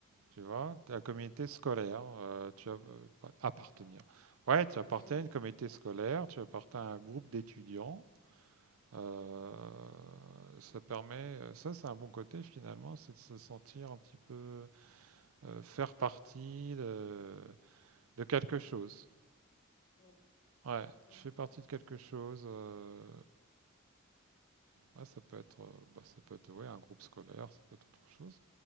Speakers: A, on the right; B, on the left.
A: tu vois, à la communauté scolaire. euh, tu as, euh, pas- appartenir.
B: Ouais,
A: Ouais, tu appartiens
B: c'est...
A: à une communauté scolaire, tu appartiens à un groupe d'étudiants. euh, ça permet, euh, ça c'est un bon côté finalement, c'est de se sentir un petit peu euh, faire partie de de quelque chose.
B: Ouais,
A: Ouais,
B: ouais.
A: tu fais partie de quelque chose. euh, ouais, ça peut être, euh, bah, ça peut être ouais, un groupe scolaire, ça peut être autre chose.